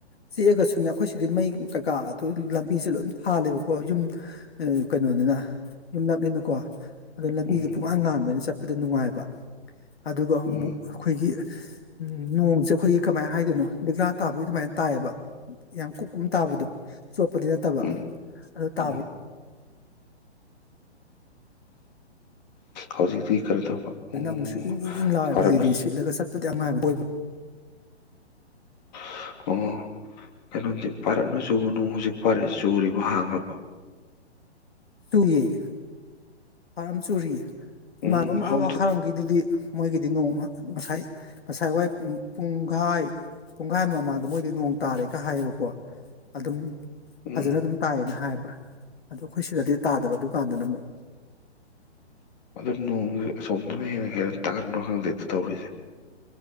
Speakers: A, on the left; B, on the left.
A: ꯆꯤꯛꯑꯒꯁꯨꯅꯦ ꯑꯩꯈꯣꯏ ꯁꯤꯗꯤ ꯃꯩ ꯀꯩꯀꯥ ꯑꯗꯨ ꯂꯝꯕꯤꯁꯦ ꯂꯣꯏ ꯊꯥꯜꯂꯦꯕꯀꯣ ꯌꯨꯝ ꯀꯩꯅꯣꯅꯤꯅ ꯌꯨꯝꯅꯥꯛꯅꯤꯅꯀꯣ ꯑꯗꯣ ꯂꯝꯕꯤꯗꯨ
B: ꯎꯝ
A: ꯄꯨꯛꯂꯥꯡ ꯉꯥꯟꯕꯅ ꯆꯠꯄꯗ ꯅꯨꯡꯉꯥꯏꯕ ꯑꯗꯨꯒ ꯑꯃ
B: ꯎꯝ
A: ꯑꯃꯨꯛ ꯑꯩꯈꯣꯏꯒꯤ ꯎ ꯅꯣꯡꯁꯦ ꯑꯩꯈꯣꯏꯒꯤ ꯀꯃꯥꯏꯅ ꯍꯥꯏꯗꯣꯏꯅꯣ ꯂꯛꯁꯥ ꯇꯥꯕꯒꯤ ꯑꯗꯨꯃꯥꯏꯅ ꯇꯥꯏꯌꯦꯕ ꯌꯥꯝ ꯀ ꯀꯨꯝ ꯇꯥꯕꯗꯣ ꯆꯣꯠꯄꯗꯤ ꯅꯠꯇꯕ
B: ꯎꯝ
A: ꯑꯗꯨ ꯇꯥꯕ
B: ꯎꯝ ꯍꯧꯖꯤꯛꯇꯤ ꯀꯔꯤ ꯇꯧꯕ
A: <unintelligible>
B: ꯎꯝ
A: ꯑꯃꯨꯛꯁꯨ ꯏꯪ ꯏꯪ ꯏꯪ ꯂꯧꯔ
B: ꯄꯥꯔꯞꯅ
A: ꯂꯤꯂꯤ ꯁꯤꯠꯂꯒ ꯆꯠꯄꯗ ꯌꯥꯝ ꯅꯨꯡꯉꯥꯏꯕꯗ‌ꯣ ꯑꯣꯏꯕ
B: <unintelligible>
A: ꯆꯨꯏꯌ‌ꯦ ꯄꯔꯞꯅ‌ ꯆꯨꯔꯤꯌ‌ꯦ ꯏꯃꯥꯟꯅꯕ
B: ꯎꯝ
A: ꯑꯃ
B: ꯁꯣꯝꯗꯤ
A: ꯑꯥ ꯃꯈꯥꯔ‌ꯣꯝꯒꯤꯗꯨꯗꯤ ꯃꯣꯏꯒꯤꯗꯤ ꯅꯣꯡ ꯉꯁꯥꯏ ꯉꯁꯥꯏ ꯋꯥꯏ ꯄꯨꯡꯈꯥꯏ ꯄꯨꯡꯒꯥꯏ ꯃꯃꯥꯡꯗ ꯃꯣꯏꯗꯤ ꯅꯣꯡ ꯇꯥꯔꯦꯒ ꯍꯥꯏꯌꯦꯕꯀꯣ ꯑꯗꯨꯝ
B: ꯎꯝ
A: ꯐꯖꯅ ꯑꯗꯨꯝ ꯇꯥꯏꯌꯦꯅ ꯍꯥꯏꯕ ꯑꯗꯣ ꯑꯩꯈꯣꯏ ꯁꯤꯗꯗꯤ ꯇꯥꯗꯕ ꯗꯨꯀꯥꯟꯗꯅ ꯑꯃꯨꯛ
B: ꯑꯗꯨ ꯅꯣꯡꯁ‌ꯦ ꯁꯣꯝꯗꯅ ꯍꯦꯟꯅꯥ ꯍꯦꯟꯅꯥ ꯇꯥꯒꯟꯕꯔꯥ ꯈꯪꯗꯦꯗ ꯇꯧꯔꯤꯁꯦ